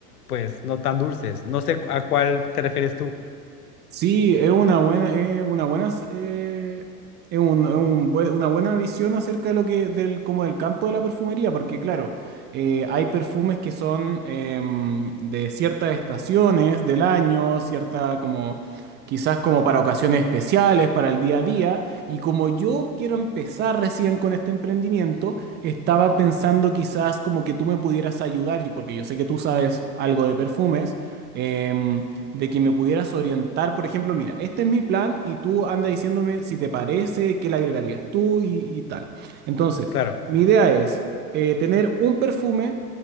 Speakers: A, on the left (about 65°); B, on the right (about 20°).
A: pues no tan dulces. No sé a cuál te refieres tú.
B: Sí, es una buena, es una buena, s- eh, es un- es un buen- una buena visión acerca de lo que, del, como del campo de la perfumería, porque claro, eh, hay perfumes que son em, de ciertas estaciones del año, cierta como, quizás como para ocasiones especiales, para el día a día, y como yo quiero empezar recién con este emprendimiento, estaba pensando quizás como que tú me pudieras ayudar, yo- porque yo sé que tú sabes algo de perfumes. em, de que me pudieras orientar, por ejemplo, mira, este es mi plan y tú anda diciéndome si te parece, qué le agregarías tú y, y tal. Entonces,
A: Claro,
B: mi idea es eh, tener un perfume